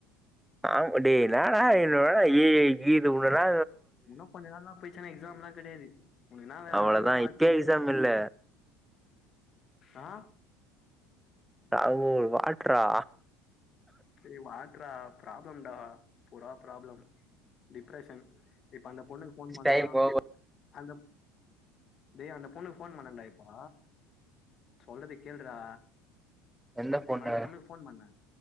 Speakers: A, in the centre; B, on the left.
A: ஆ அடேய் என்னடா என்னோட இ ஈது உள்ளலா
B: உன்னு கொஞ்ச நாள்னா போய்ச்சுனா எக்ஸாம்லா கெடையாது உனக்கு என்ன வேல
A: அவ்வளதா
B: வேணுமோ நீ பாத்து
A: இப்பயே
B: பண்ணிக்க
A: எக்ஸாம்
B: அவ்ளோதா
A: இல்ல
B: ஆ
A: தாங்கோல் வாட்ரா
B: டேய் வாட்ரா பிராப்ளம்டா புரா பிராப்ளம் டிப்ரெஷன் இப்ப அந்த பொண்ணுக்கு ஃபோன் பண்ணா
A: டைம் ஓவர்
B: அந்தப் டேய் அந்த பொண்ணுக்கு ஃபோன் பண்ணெண்டா இப்போ சொல்றத கேள்றா
A: எந்த
B: இப்ப
A: போனு
B: நா அந்த பொண்ணுக்கு ஃபோன் பண்ணே